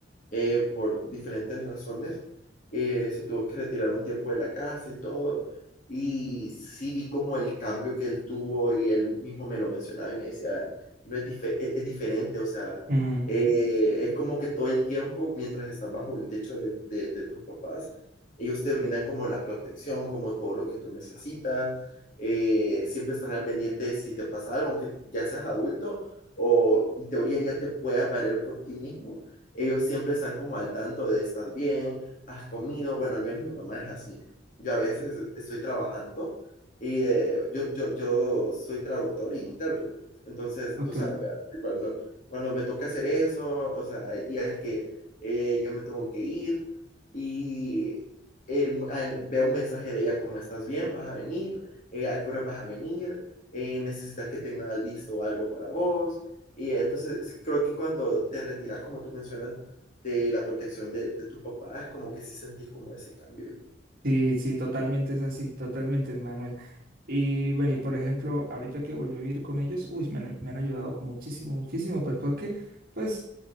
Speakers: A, on the left; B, on the right.
A: eh, por diferentes razones, eh, se tuvo que retirar un tiempo de la casa y todo. Y sí vi como el cambio que él tuvo y él mismo me lo mencionaba y me decía, no es, dife- es, es diferente, o sea,
B: Mm,
A: eh, es como que todo el tiempo, mientras estás bajo el techo de, de- de tus papás, ellos te brindan como la protección, como todo lo que tú necesitas, eh, siempre están al pendiente de si te pasa algo, aunque ya seas adulto o en teoría ya te puedas valer por ti mismo ellos siempre están como al tanto de estás bien, has comido, bueno, al menos mi mamá es así. Yo a veces estoy trabajando y eh, yo, yo, yo soy traductor y intérprete. Entonces,
B: ok.
A: tú sabes, ¿verdad? Que Cuando, cuando me toca hacer eso, o sea, hay días que eh, yo me tengo que ir y el- al- veo un mensaje de ella como estás bien, vas a venir, Eh, a qué hora vas a venir, Eh, necesitas que tenga listo algo para vos y entonces creo que cuando te retiras, como tú mencionas, de la protección de, de tus papás, como que sí sentís como ese cambio.
B: Sí, sí, totalmente es así, totalmente, hermano. Y bueno, y por ejemplo, ahorita que volví a vivir con ellos, uy, me han, me han ayudado muchísimo, muchísimo, pues porque pues